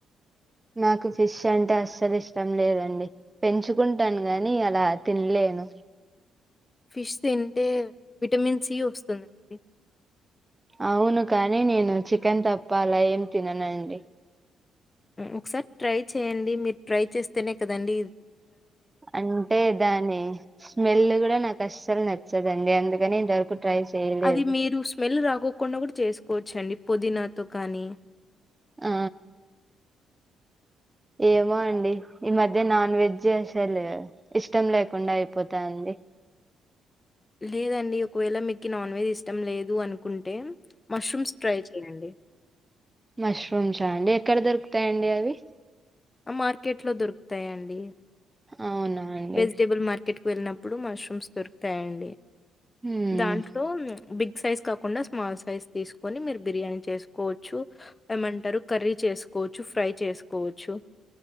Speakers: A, on the right; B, on the left.
A: నాకు ఫిష్ అంటే అస్సలు ఇష్టం లేదండి పెంచుకుంటాను గాని అలా తినలేను
B: ఫిష్ తింటే విటమిన్ సి వస్తుంది
A: అవును కానీ నేను చికెన్ తప్ప అలా ఏం తిననండి
B: ఒకసారి ట్రై చేయండి మీరు ట్రై చేస్తేనే కదండి
A: అంటే దాని స్మెల్ కూడా నాకు అస్సలు నచ్చదు అ డి అందుకని ఇంతవరకు ట్రై చేయలేదు
B: అది మీరు స్మెల్ రాకోకుండా కూడా చేసుకోవచ్చ అండి పుదీనాతో కానీ
A: ఆ ఏమో అండి ఈ మధ్య నాన్ వెజ్ అసలు ఇష్టం లేకుండా అయిపోతాంది
B: లేదండి ఒకవేళ మీకు నాన్ వెజ్ ఇష్టం లేదు అనుకుంటే మష్రూమ్స్ ట్రై చేయండి
A: మష్రూమ్స్ ఆ అండి ఎక్కడ దొరుకుతాయండి అవి
B: ఆ మార్కెట్ లో దొరుకుతాయండి
A: అవునా అండి
B: వెజిటేబుల్ మార్కె క్కెట్కి వెళ్ళినప్పుడు మష్రూమ్స్ దొరుకుతాయండి
A: ఉమ్,
B: దాంట్లో బిగ్ సైజు కాకుండా స్మాల్ సైజ్ తీసుకొని మీరు బిర్యానీ చేసుకోవచ్చు ఏమంటారు కర్రీ చేసుకోవచ్చు ఫ్రై చేసుకోవచ్చు